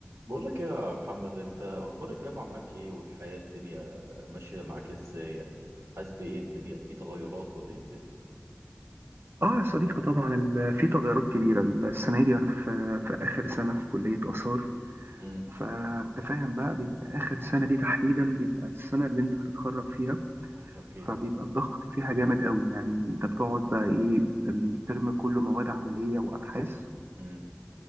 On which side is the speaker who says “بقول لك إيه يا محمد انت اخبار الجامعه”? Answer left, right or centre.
Right